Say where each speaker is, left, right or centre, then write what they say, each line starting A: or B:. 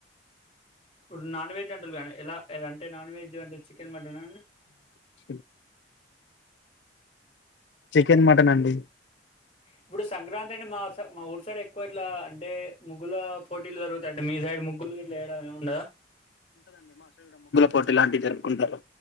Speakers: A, on the left; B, on the left.
A: ఇప్పుడు నాన్ వెజ్ అంటురు కానీ ఎలా ఎలా అంటే నాన్ వెజ్ అంటే చికెన్ మటనా
B: చ చికెన్, మటన్ అండి
A: ఇప్పుడు సంక్రాంతి అంటే మా మా ఊరుసైడ్ ఎక్కువ ఇట్లా అంటే ముగ్గుల పోటీలు జరుగుతా అంట మీ సైడ్ ముగ్గులు గీట్లావేయడం ఏమి ఉండాద
B: పోటి ఇలాంటివి జరుపుకుంటారు